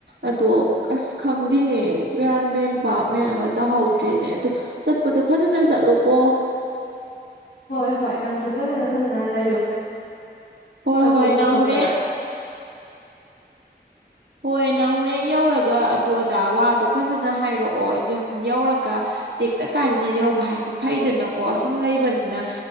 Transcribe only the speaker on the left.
ꯍꯣꯏ ꯍꯣꯏ ꯅꯪꯁꯨ ꯐꯖꯅ ꯐꯖꯅ ꯂꯩꯌꯨ
ꯆꯠꯊꯣꯛ
ꯈꯣꯠꯇꯣꯛꯄꯗ